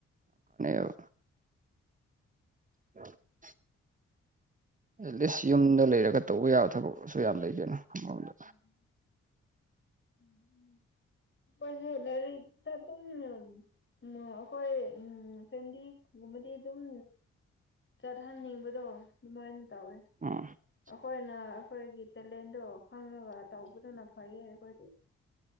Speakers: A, on the right; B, on the left.
A: ꯑ <unintelligible> <inaudible> ꯑꯦꯠꯂꯤꯁ ꯌꯨꯝꯗ ꯂꯩꯔꯒ ꯇꯧꯕ ꯌꯥꯕ ꯊꯕꯛꯁꯨ ꯌꯥꯝ ꯂꯩꯒꯦꯅ ꯑꯃꯔꯣꯝꯗ
B: ꯎꯝ ꯎꯝ ꯎꯄ ꯭ꯋꯦꯂꯔꯤꯗ ꯇ ꯎꯝ ꯑꯩꯈꯣꯏ ꯎꯝ ꯐꯦꯃꯤꯂꯤꯒꯨꯝꯕꯗꯤ ꯑꯗꯨꯝ ꯆꯠꯍꯟꯅꯤꯡꯕꯗꯣ ꯑꯗꯨꯃꯥꯏꯅ ꯇꯧꯋꯦ
A: ꯑ <unintelligible> <inaudible>
B: ꯑꯩꯈꯣꯏꯅ ꯑꯩꯈꯣꯏꯒꯤ ꯇꯦꯂꯦꯟꯗꯣ ꯈꯪꯉꯒ ꯇꯧꯕꯗꯨꯅ ꯐꯩꯌꯦ ꯑꯩꯈꯣꯏꯗꯤ